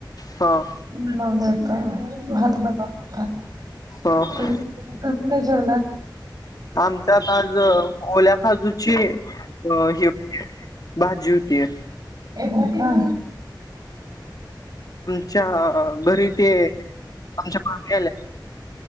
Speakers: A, on the left; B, on the right.
A: हां
B: <unintelligible> भात पण होता
A: ह
B: तुम्ही काय काय जेवलात
A: आमच्यात आज ओल्या काजूची अ ही हो भाजी होती.
B: हो का
A: च्या घरी ते आमच्या मामी आल्या